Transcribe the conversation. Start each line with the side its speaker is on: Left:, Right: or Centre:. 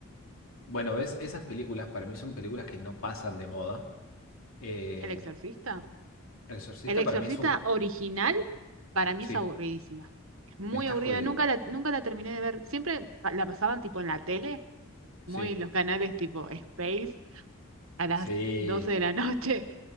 Left: Bueno, ves, esas películas para mí son películas que no pasan de moda. Eh,
Right: ¿El exorcista?
Left: El Exorcista
Right: El Exorcista
Left: para mí es un...
Right: original para mí
Left: Sí,
Right: es aburridísima. Es muy
Left: me estás
Right: aburrida.
Left: jodiendo.
Right: Nunca la, nunca la terminé de ver. Siempre pa- la pasaban tipo en la tele, muy
Left: Sí,
Right: los canales tipo Space a las
Left: sí.
Right: 12 de la <laughs> noche.